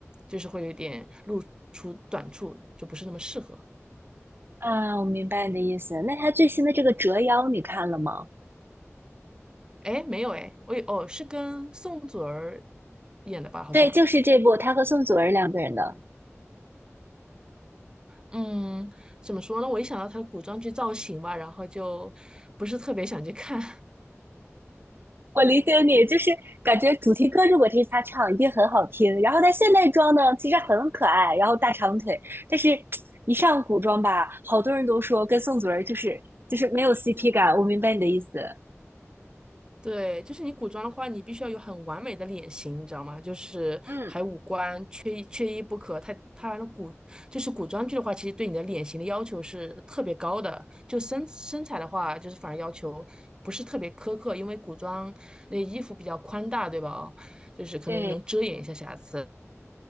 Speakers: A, on the right; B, on the right.
A: 就是会有点露出短处，就不是那么适合。
B: 啊，我明白你的意思。那他最新的这个《折腰》你看了吗？
A: 哎，没有哎，我也哦是跟宋祖儿演的吧，好像。
B: 对，就是这部，他和宋祖儿两个人的。
A: 嗯，怎么说呢？我一想到她的古装剧造型吧，然后就不是特别想去看。
B: 我理解你，就是感觉主题歌如果听是他唱，一定很好听。然后他现代装呢，其实很可爱，然后大长腿，但是一上古装吧，好多人都说跟宋祖儿就是就是没有 CP 感。我明白你的意思。
A: 对，就是你古装的话，你必须要有很完美的脸型，你知道吗？就是还有五官，
B: 嗯，
A: 缺一缺一不可。它它那古就是古装剧的话，其实对你的脸型的要求是特别高的。就身身材的话，就是反而要求不是特别苛刻，因为古装那衣服比较宽大，对吧？哦，就是可能能遮掩一下瑕疵。
B: 对